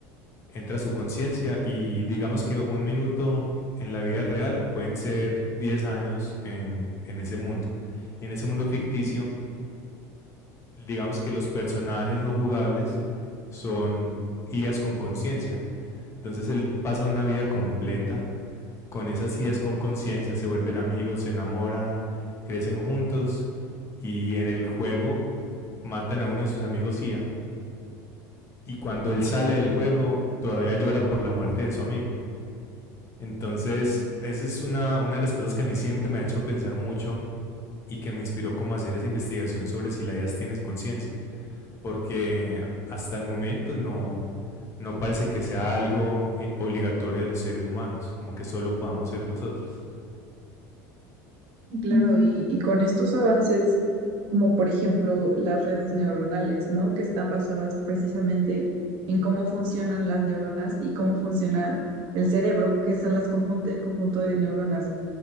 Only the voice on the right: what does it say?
Ujú. claro, y, y con estos avances, como por ejemplo las redes neuronales, ¿no? Que están basadas precisamente en cómo funcionan las neuronas y cómo funciona el cerebro, que son las conjun- el conjunto de neuronas.